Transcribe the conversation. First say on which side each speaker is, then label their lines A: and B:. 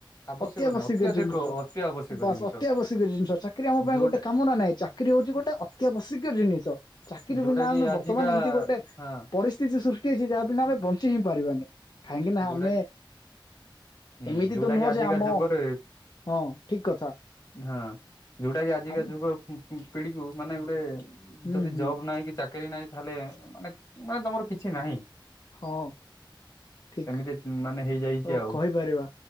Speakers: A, on the left (about 40°); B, on the left (about 55°).
A: ଆବଶ୍ୟକ
B: ଅତ୍ୟାବଶ୍ୟକୀୟ
A: ନାହିଁ ଅତ୍ୟାଧିକ
B: ଜିନିଷ
A: ଅତି ଆବଶ୍ୟକ
B: ବାସ୍
A: ଜିନିଷ
B: ଅତ୍ୟାବଶ୍ୟକ। ଜିନିଷ ଚାକିରି ଆମ ପାଇଁ
A: ଯୋଉଟା
B: ଗୋଟ କାମ ନା ନାହିଁ ଚାକିରି ହଉଛି ଗୋଟେ ଅ କେ ବସିକ ଜିନିଷ ଚାକିର
A: ଯୋଉଟା
B: ବିନା
A: କି
B: ଆମେ
A: ଆଜିକା
B: ବର୍ତ୍ତମାନ ଏମିତି ଗୋଟେ
A: ହଁ
B: ପରିସ୍ଥିତି ସୃଷ୍ଟି ହେଇଛି ଯାହା ବିନା ଆମେ ବଞ୍ଚିହିଁ ପାରିବାନି। କାହିଁକି ନା
A: ଯୋଉଟା
B: ଆମେ
A: କି ହୁଁ
B: ଏମିତି
A: ଯୋଉଟା
B: ତ ନୁହଁ
A: କି ଆଜିକା
B: ଯେ ଆମ
A: ଯୁଗରେ
B: ହଁ ଠିକ କଥା
A: ହଁ ଯୋଉଟା କି ଆଜିକା
B: ଆମ
A: ଯୁଗ ହୁଁ ପିଢିକୁ ମାନେ ଗୋଟେ
B: ହୁଁ
A: ଯଦି
B: ହୁଁ
A: ଜବ୍ ନାହିଁ କି ଚାକ କିରି ନହିଁ ତାହଲେ ମାନେ ମାନେ ତମର କିଛି ନାହିଁ।
B: ହଁ ଠିକ
A: ସେମିତି ମାନେ ହେଇଯାଇଛି
B: ଓ
A: ଆଉ
B: କହିପାରିବା